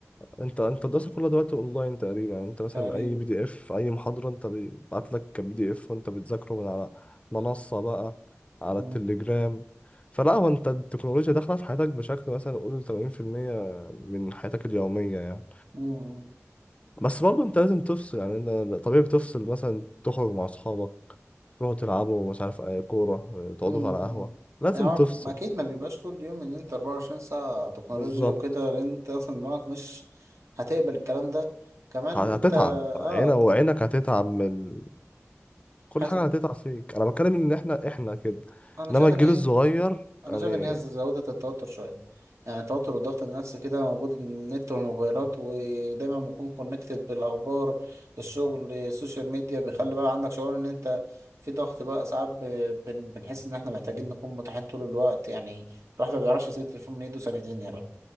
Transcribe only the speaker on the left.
انت انت الدراسة كلها دلوقتي اونلاين تقريبا يعني انت مثلا
اي بي دي اف اي محاضرة انت بيبعت لك كبي دي اف وانت بتذاكره من على منصة بقى على
التليجرام فلا هو انت التكنولوجيا داخلة في حياتك بشكل مثلا قول 80% من حياتك اليومية يعني
بس برضه انت لازم تفصل يعني انت طبيعي بتفصل مثلا تخرج مع اصحابك تروحوا تلعبوا مش عارف اي كورة تقعدوا
على قهوة لازم
تفصل
بالظبط
هتتعب
عينك وعينك هتتعب من كل
حاجة هتقطع فيك انا بتكلم ان احنا احنا كده
انما
الجيل
الصغير
يعني